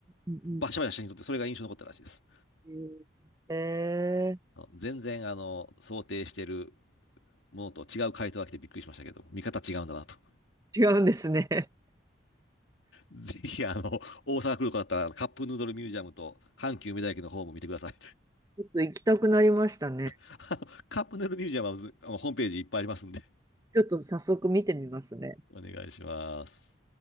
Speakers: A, on the right; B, on the left.
A: うん
B: バシャバシャ写真撮って、それが印象に残ったらしいです。
A: うんえ
B: あの全然、あの、想定してるものと違う回答が来てびっくりしましたけど、見方違うんだなと。
A: ー、違うんですね。<laughs>
B: ぜひ、あの、大阪来る方だったら、カップヌードルミュージアムと、阪急梅田駅の方も見てください。
A: ちょっと行きたくなりましたね。
B: <laughs> あのカップヌードルミュージアムは、あのホームページいっぱいありますんで、
A: ちょっと早速見てみますね。
B: お願いします。